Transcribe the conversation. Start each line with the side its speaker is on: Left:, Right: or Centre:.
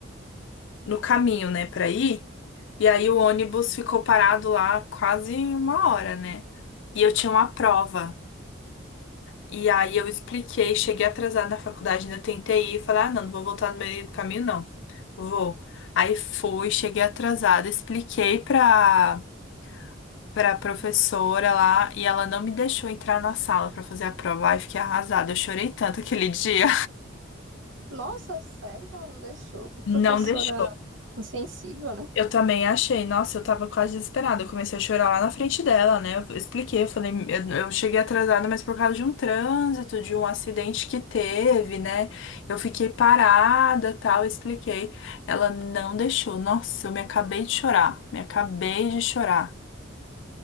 Left: no caminho, né, pra ir, e aí o ônibus ficou parado lá quase uma hora, né? E eu tinha uma prova. E aí eu expliquei, cheguei atrasada na faculdade, ainda tentei ir, falei, ah, não, não vou voltar no meio do caminho, não. Vou. Aí fui, cheguei atrasada, expliquei pra, pra professora lá e ela não me deixou entrar na sala pra fazer a prova. Aí fiquei arrasada, eu chorei tanto aquele <laughs> dia.
Right: Nossa, sério que ela não deixou? Que professora
Left: Não deixou.
Right: insensível, né?
Left: Eu também achei. Nossa, eu tava quase desesperada. Eu comecei a chorar lá na frente dela, né? Eu expliquei, eu falei, eu, Eu cheguei atrasada, mas por causa de um trânsito, de um acidente que teve, né? Eu fiquei parada, tal, eu expliquei. Ela não deixou. Nossa, eu me acabei de chorar, me acabei de chorar.